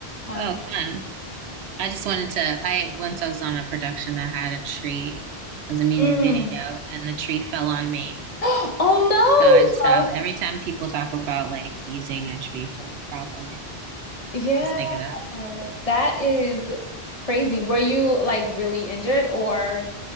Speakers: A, on the left; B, on the right.
A: Um,
B: Oh, fun. I just wanted to. I once I was on a production that had a tree. It was a music
A: Mm.
B: video, and the tree fell on me.
A: <gasps> Oh
B: So I just have
A: no!
B: every time people talk about like using a tree for a prop, I get
A: Yeah,
B: I just think of that.
A: that is crazy. Were you like really injured or